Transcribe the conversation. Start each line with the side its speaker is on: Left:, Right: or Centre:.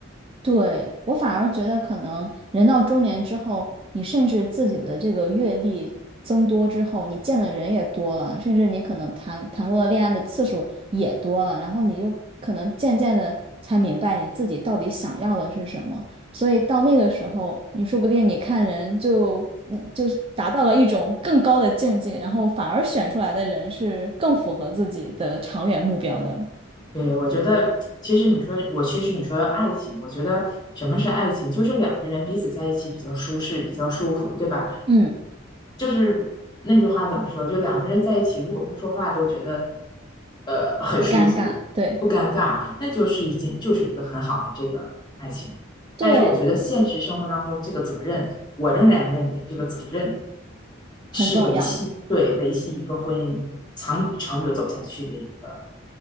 Right: 对，我反而觉得，可能人到中年之后，你甚至自己的这个阅历增多之后，你见的人也多了，甚至你可能谈谈过的恋爱的次数也多了，然后你就可能渐渐的才明白你自己到底想要的是什么。所以到那个时候，你说不定你看人就你就是达到了一种更高的境界，然后反而选出来的人是更符合自己的长远目标的。
Left: 对，我觉得其实你说我其实你说爱情，我觉得什么是爱情，就是两个人彼此在一起比较舒适，比较舒服，对吧？
Right: 嗯，
Left: 就是那句话怎么说？就两个人在一起，如果不说话都觉得呃很舒服，
Right: 不尴尬，对
Left: 不尴尬，那就是已经就是一个很好的这个爱情。
Right: 对，
Left: 但是我觉得现实生活当中，这个责任，我仍然认为这个责任
Right: 很重要。
Left: 是维系，对，维系一个婚姻长长久走下去的一个。